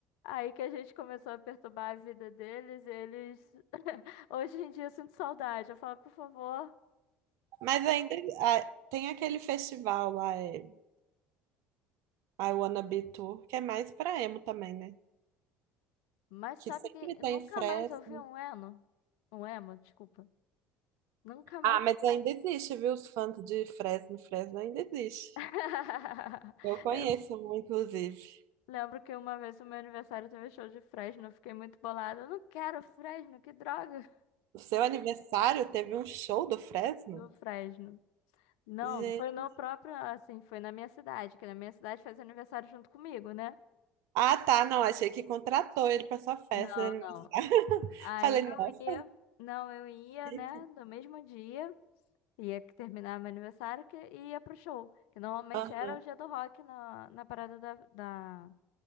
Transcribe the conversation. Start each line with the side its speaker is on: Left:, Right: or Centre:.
Left: Aí que a gente começou a perturbar a vida deles, e eles. <laughs> Hoje em dia eu sinto saudade. Eu falo, por favor.
Right: Mas ainda ah, tem aquele festival lá, é, I Wanna Be Tour, que é mais pra emo também, né?
Left: Mas
Right: Que
Left: sabe
Right: sempre
Left: que
Right: tem
Left: nunca
Right: Fresno.
Left: mais ouvi um eno? Um emo, desculpa. Nunca mais.
Right: Ah, mas ainda existe, viu? Os fãs de Fresno, Fresno ainda existe.
Left: <laughs>
Right: Eu conheço
Left: Eu
Right: um, inclusive.
Left: lembro que uma vez o meu aniversário teve show de Fresno, eu fiquei muito bolada. Eu não quero Fresno, que droga <laughs>
Right: O seu aniversário teve um show do Fresno?
Left: do Fresno. Não,
Right: Gente.
Left: foi no próprio, assim, foi na minha cidade, que na minha cidade fez aniversário junto comigo, né?
Right: Ah, tá, não, achei que contratou ele pra sua festa
Left: Não,
Right: de aniversário.
Left: não.
Right: <laughs>
Left: Aí
Right: Falei, nossa,
Left: eu ia, não, eu ia,
Right: chique.
Left: né, no mesmo dia. Ia que terminar meu aniversário que e ia pro show. Que normalmente
Right: Ah.
Left: era o dia do rock na, na parada da, da,